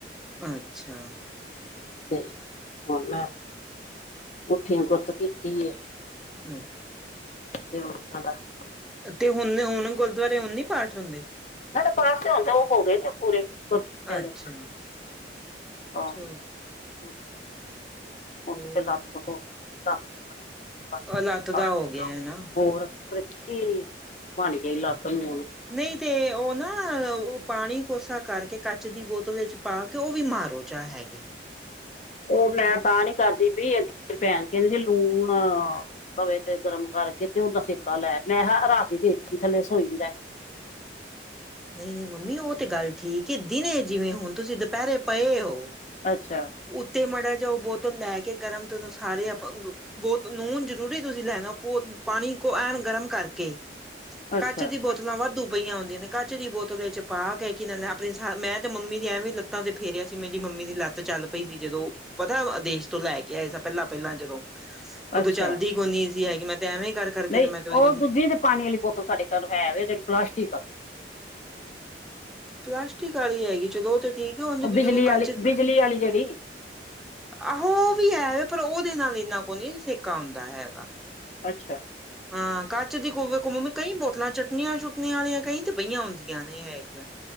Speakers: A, in the centre; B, on the left.
A: ਅੱਛਾ।
B: ਤੇ ਹੁਣ ਮੈਂ ਉਠੀ ਹਾਂ ਗੁੱਤ ਕੀਤੀ ਏ।
A: ਹੂੰ।
B: <unintelligible>
A: ਤੇ ਹੁਣ ਹੁਣ ਗੁਰਦੁਆਰੇ ਹੁਣ ਨੀ ਪਾਠ ਹੁੰਦੇ।
B: ਸਾਡੇ ਪਾਠ ਤੇ ਹੁਣ ਤਾਂ ਉਹ ਹੋ ਗਏ ਨੇ ਪੂਰੇ।
A: ਅੱਛਾ
B: ਵਾਲੇ ਹਾਂ
A: ਚ
B: ਪੂਰੇ ਹੋ ਗਏ <unintelligible>
A: ਹੋਰ
B: ਗਿਆ
A: ਲੱਤ ਦਾ ਹੋ ਗਿਆ ਨਾ।
B: ਹੋਰ- ਖਰੇ ਕਿ ਬਣ ਗਿਆ ਈ ਲੱਤ ਨੂੰ ੳਨੂ।
A: ਨਹੀਂ ਤੇ ਉਹ ਨਾ ਪਾਣੀ ਕੋਸਾ ਕਰਕੇ ਕੱਚ ਦੀ ਬੋਤਲ ‌ਦੇ‌ ਵਿੱਚ ਪਾ ਕੇ ਉਹ ਵੀ ਮਾਰੋ ਜਾ ਹੈਗੇ
B: ਉਹ ਮੈਂ ਤਾਂ ਨੀ ਕਰਦੀ ਪਈ ਅੱਗੇ ਮੇਰੀ ਪੈਣ ਕਹਿੰਦੀ ਲੂਣ ਅ ਤਵੇ ਤੇ ਗਰਮ ਕਰਕੇ ਤੇ ਉਹਦਾ ਸੇਕਾ ਲੈ ਮੈਂ ਕਿਹਾ ਰਾਤੀ ਏ ਸੀ ਥੱਲੇ ਸੋਈਦਾ।
A: ਨਹੀਂ-ਨਹੀਂ ਮੰਮੀ ਉਹ ਤੇ ਗੱਲ ਠੀਕ ਏ ਦਿਨੇ ਜਿਵੇਂ ਹੁਣ ਤੁਸੀਂ ਦੁਪਹਿਰੇ ਪਏ ਓ
B: ਅੱਛਾ।
A: ਉੱਤੇ ਮਾੜਾ ਜਿਆ ਉਹ ਬੋਤਲ ਲੈ ਕੇ ਗਰਮ ਤੇ ਉਹਨੂੰ ਸਾਰੇ ਅਪ ਬਹੁਤ ਨੂਨ ਜ਼ਰੂਰੀ ਤੁਸੀਂ ਲੈਣਾ ਭ ਪਾਣੀ ਐਨ ਗਰਮ ਕਰਕੇ
B: ਅੱਛਾ
A: ਕੱਚ ਦੀ ਬੋਤਲਾਂ ਵਾਧੂ ਪਈਆਂ ਹੁੰਦੀਆਂ ਦੀਆਂ ਨੇ ਕੱ ਚ ਦੀ ਬੋਤਲ ਵਿੱਚ ਪਾ ਕੇ ਕਿ ਆਪਣੀ ਮੈਂ ਤੇ ਮੰਮੀ ਦੀ ਐਵੇ ਵੀ ਲੱਤਾਂ ਤੇ ਫੇਰਿਆ ਸੀ ਮੇਰੀ ਮੰਮੀ ਦੀ ਲੱਤ ਚੱਲ ਪਈ ਸੀ ਜਦੋਂ ਪਤਾ ਅਦੇਸ਼ ਤੋਂ ਲੈ ਕੇ ਆਏ ਸ ਪਹਿਲਾਂ-ਪਹਿਲਾਂ ਜਦੋਂ ਉਦੋਂ
B: ਅੱਛਾ
A: ਚੱਲਦੀ ਕੋਨੀ ਸੀ ਹੈਗੀ ਮੈਂ ਤੇ ਐਵੇਂ ਕਰਕੇ
B: ਨਹੀਂ
A: ਤੇ ਮੈਂ ਤੇ ਉਹਦੀ
B: ਉਹ ਦੂਜੀ ਤੇ ਪਾਣੀ ਵਾਲੀ ਬੋਤਲ ਸਾਡੇ ਘਰ ਹੈ ਜਿਹੜੀ ਪਲਾਸਟਿਕ
A: ਪਲਾਸਟਿਕ ਵਾਲੀ ਹੈਗੀ ਚਲੋ ਉਹ ਤਾਂ ਠੀਕ ਏ ਹੁਣ ਜ
B: ਉਹ ਬਿਜਲੀ
A: ਕੋਈ ਕੱਚ-
B: ਵਾਲੀ ਬਿਜਲੀ ਵਾਲੀ ਜਿਹੜੀ
A: ਆਹੋ ਉਹ ਵੀ ਹੈ ਪਰ ਉਹਦੇ ਨਾਲ ਇੰਨਾ ਕੋਈ ਨੀ ਸੇਕਾ ਆਉਂਦਾ ਹੈਗਾ।
B: ਅੱਛਾ।
A: ਹਾਂ ਕੱਚ ਦੀ ਕੋਮ ਕਈ ਬੋਤਲਾਂ ਚੱਟਣੀਆਂ-ਚੁੱਟਣੀਆਂ ਵਾਲੀਆਂ ਕਈ ਤੇ ਪਈਆਂ ਹੁੰਦੀਆਂ ਨੇ ਇਹ ਹੈਗੀਆਂ।